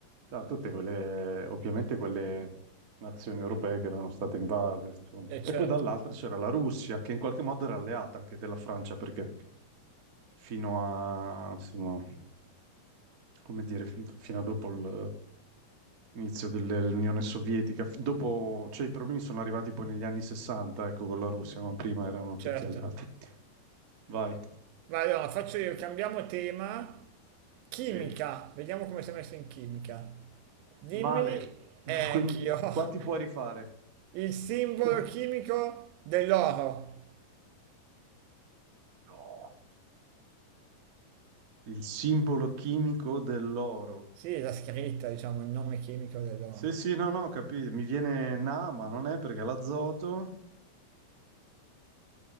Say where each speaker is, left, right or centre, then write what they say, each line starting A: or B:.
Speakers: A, on the right (about 60°); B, on the right (about 90°).
A: c'era tutte quelle, ovviamente quelle nazioni europee che erano state invase, insomma.
B: eh, certo,
A: E poi dall'altra c'era la Russia, che in qualche modo era alleata anche della Francia, perché fino a, insomma, come dire, fin- fino a dopo il- l'inizio dell'Unione Sovietica, f- dopo, cioè i problemi sono arrivati poi negli anni 60, ecco, con la Russia, ma prima erano
B: certo.
A: tutti alleati. Vai.
B: Ma allora faccio io, cambiamo tema. Chimica,
A: Sì.
B: vediamo come sei messo in chimica. Dimmi,
A: Male. <laughs>
B: eh,
A: Quindi
B: anch'io,
A: qua ti
B: <laughs>
A: puoi rifare.
B: il simbolo
A: <laughs>
B: chimico dell'oro.
A: No, il simbolo chimico dell'oro.
B: Sì, la scritta, diciamo, il nome chimico dell'oro.
A: Sì, sì, no, no, capito. Mi viene Na, ma non è perché l'azoto,